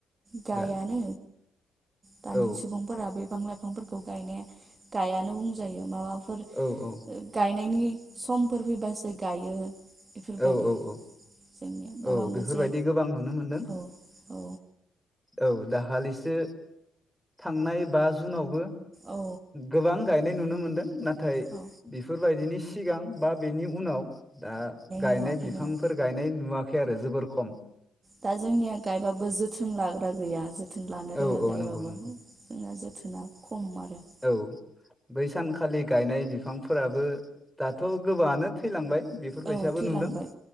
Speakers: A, on the right (about 30°); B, in the centre.
A: गायानो
B: दा
A: दानि
B: औ
A: सुबुंफोरा बिफां लाइफांफोर खौ गायनाय गायानो बुंजायो। माबाफोर
B: औ औ
A: गायनायनि समफोर फैबासो गायो। बेफोरबायदि
B: औ-औ-औ-औ
A: जोंनिया माबा
B: बेफोरबायदि
A: मोनसे
B: गोबां नुनो मोनदों।
A: औ औ
B: औ दाखालिसो थांनाय बा जुनावबो
A: औ
B: गोबां गायनाय नुनो मोनदों नाथाय
A: औ
B: बेफोरबायदिनि सिगां बा बेनि उनाव दा गायनाय
A: नुवाखै
B: बिफांफोर
A: माने
B: गायनाय नुवा खै आरो जोबोर खम
A: दा जोंनिया गायबाबो जोथोन लाग्रा गैया जोथो न लानो
B: औ
A: रोङा
B: औ
A: गायबाबो
B: नंगौ नंगौ
A: जोंना जोथोना खम आरो।
B: औ बै सानखालि गायनाय बिफांफोराबो दाथ' गोबाङानो थैलांबाय। बेफोरबायसाबो
A: औ थैलांबाय
B: नुदों